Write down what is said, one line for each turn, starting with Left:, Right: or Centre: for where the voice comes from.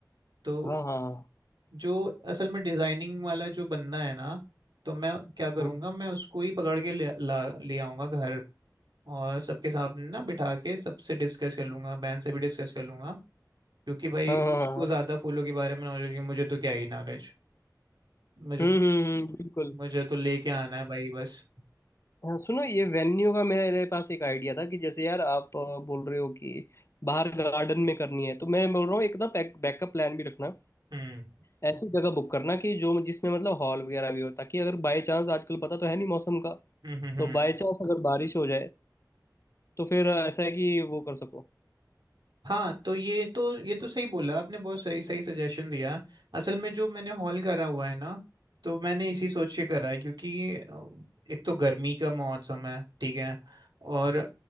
Right: तो
Left: हाँ हाँ हाँ
Right: जो असल में डिजाइनिंग वाला जो बंदा है ना तो मैं क्या करूंगा
Left: हम्म,
Right: मैं उसको ही पकड़ के ले, ला ले आऊंगा घर और सबके सामने ना बिठा के सबसे डिस्कस कर लूंगा बहन से भी डिस्कस कर लूंगा क्योंकि भाई
Left: हाँ हाँ
Right: उसको
Left: हाँ हाँ,
Right: ज्यादा फूलों के बारे में नॉलेज है मुझे तो क्या ही नॉलेज मुझे
Left: हम्म हम्म हम्म बिल्कुल
Right: मुझे तो लेके आना है भाई बस
Left: हाँ सुनो ये वेन्यू का मेरे पास एक आइडिया था कि जैसे यार आप अ, बोल रहे हो कि बाहर गार्डन में करनी है तो मैं बोल रहा हूँ एक ना बैक बैकअप प्लान भी रखना
Right: हम्म
Left: ऐसी जगह बुक करना कि जो जिसमें मतलब हॉल वगैरह भी हो ताकि अगर बाय चांस आजकल पता तो है नहीं मौसम का
Right: हम्म हम्म हम्म।
Left: तो बाय चांस अगर बारिश हो जाए तो फिर ऐसा है कि वो कर सको
Right: हाँ तो ये तो ये तो सही बोला आपने बहुत सही सही सजेशन दिया असल में जो मैंने हॉल करा हुआ है ना तो मैंने इसी सोच के करा है क्योंकि अ, एक तो गर्मी का मौसम है ठीक है और